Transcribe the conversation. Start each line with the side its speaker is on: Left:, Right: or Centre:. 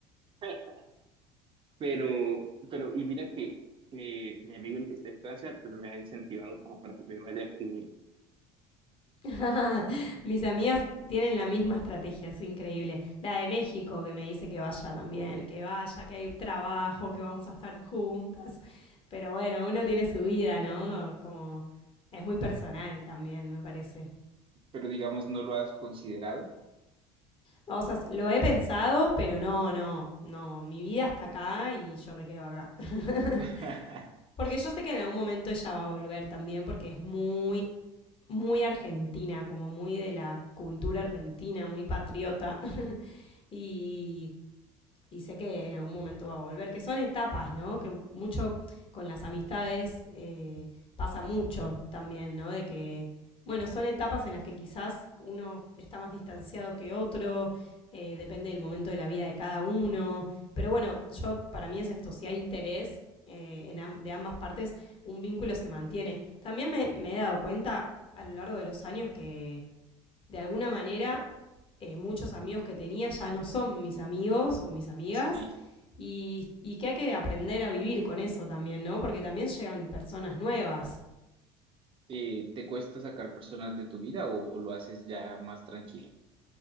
Right: <laughs> pero, pero, y mira que eh, mi amigo el que está en Francia, pues me ha incentivado como para que me vaya con él.
Left: <laughs> Mis amigas tienen la misma estrategia, es increíble. La de México, que me dice que vaya también, que vaya, que hay trabajo, que vamos a estar juntas. Pero bueno, uno tiene su vida, ¿no? Como es muy personal también, me parece.
Right: Pero digamos, no lo has considerado.
Left: Vamos a, lo he pensado, pero no, no, no. Mi vida está acá y yo me quedo acá. <laughs>
Right: <laughs>
Left: porque yo sé que en algún momento ella va a volver también, porque es muy, muy argentina, como muy de la cultura argentina, muy patriota. <laughs> y, y sé que en algún momento va a volver, que son etapas, ¿no? Que mucho con las amistades eh, pasa mucho también, ¿no? De que, bueno, son etapas en las que quizás uno está más distanciado que otro, eh, depende del momento de la vida de cada uno, pero bueno, yo para mí es esto, si hay interés eh, en am- de ambas partes, un vínculo se mantiene. También me, me he dado cuenta a lo largo de los años que de alguna manera eh, muchos amigos que tenía ya no son mis amigos o mis amigas.
Right: Sí.
Left: Y, y que hay que aprender a vivir con eso también, ¿no? Porque también llegan personas nuevas.
Right: eh, ¿te cuesta sacar personas de tu vida o, o lo haces ya más tranquila?